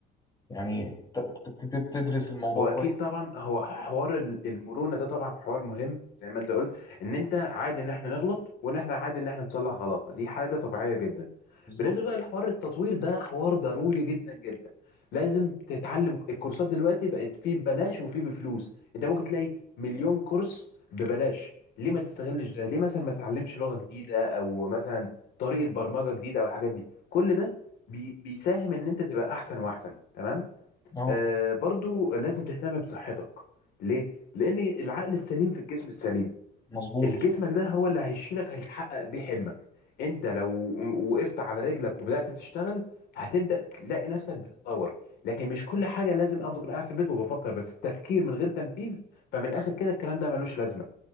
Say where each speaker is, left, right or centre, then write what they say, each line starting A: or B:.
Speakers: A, on the left; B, on the left.
A: يعني ت- ت- تبتدي تدرس الموضوع
B: هو اكيد
A: كويس
B: طبعا هو حوار ال- المرونه ده طبعا حوار مهم زي ما انت قلت ان انت عادي ان احنا نغلط وان احنا عادي ان احنا نصلح غلطنا دي حاجه طبيعيه جدا
A: بالظبط
B: بالنسبه بقى لحوار التطوير ده حوار ضروري جدا جدا لازم تتعلم الكورسات دلوقتي بقت فيه ببلاش وفيه بفلوس انت ممكن تلاقي مليون كورس ببلاش ليه ما تستغلش ده ليه مثلا ما تتعلمش لغه جديده او مثلا طريقه برمجه جديده او الحاجات دي كل ده بي- بيساهم ان انت تبقى احسن واحسن تمام
A: اه
B: آه، برضو لازم تهتم بصحتك ليه؟ لأن العقل السليم في الجسم السليم
A: مظبوط
B: الجسمك ده هو اللي هيشيلك هيتحقق بيه حلمك انت لو وقفت على رجلك وبدأت تشتغل هتبدأ تلاقي نفسك بتتطور لكن مش كل حاجة لازم أفضل قاعد في البيت وبفكر بس التفكير من غير تنفيذ فمن الآخر كده الكلام ده ملوش لازمة